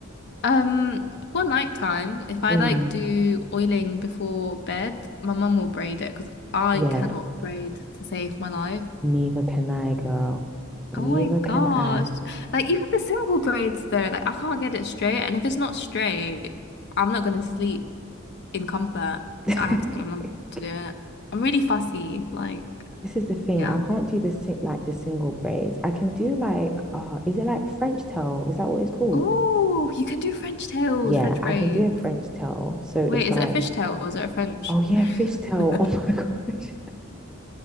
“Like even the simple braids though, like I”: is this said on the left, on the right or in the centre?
Left